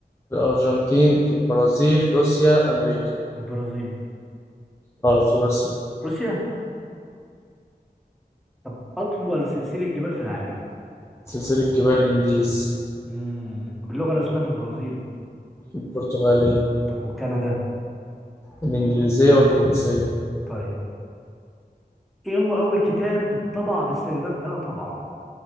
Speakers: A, on the left; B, in the centre.
A: الأرجنتين البرازيل روسيا أمريكا
B: البرازيل
A: غلط في روسيا
B: روسيا طب أطول سلسلة جبال في العالم
A: سلسلة جبال الإنديز
B: امم طب اللغة الرسمية في البرازيل
A: البرتغالية
B: طب وكندا
A: الإنجليزية والفرنسية
B: طيب إيه هو أول كتاب اتطبع باستخدام آلة طبعة